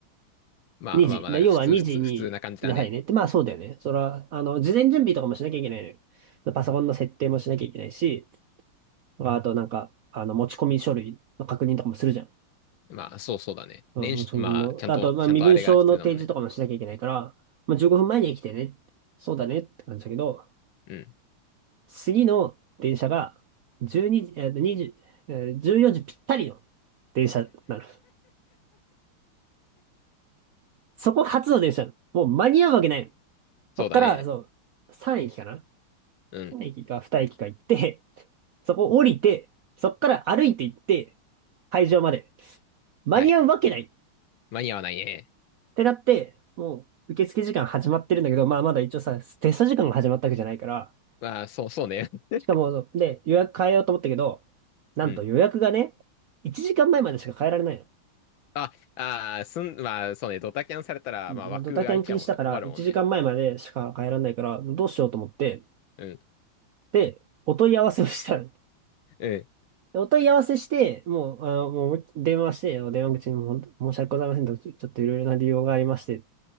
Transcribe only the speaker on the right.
2時。だ要は2時にいなさいね。
って、まあそうだよね。それは、あの、事前準備とかもしなきゃいけないのよ。パソコンの設定もしなきゃいけないし、あとなんか、あの、持ち込み書類の確認とかもするじゃん。
うん持ち込みの。
あと、まあ身分証の提示とかもしなきゃいけないから、
まあ15分前に来てね。そうだねって感じだけど、
次の電車が12時、えっと、20、えー14時ぴったりの電車なの。そこが初の電車なの。もう間に合うわけないの。
こっから、そう、3駅かな。
駅か2駅か行って、そこ降りて、そっから歩いて行って、会場まで。間に合うわけないっ
てなって、もう受付時間始まってるんだけど、まあまだ一応さ、テスト時間が始まったわけじゃないから、
しかも、で、予約変えようと思ったけど、なんと予約がね、
1時間前まえまでしか変えられないの。
うん、
ドタキャン禁止だから、
1時間前まえまでしか変えられないから、どうしようと思って、
で、お問い合わせをしたの。
お問い合わせして、もう、あの、もう電話して、電話口にも申し訳ございませんと、ちょちょっといろいろな理由がありまして、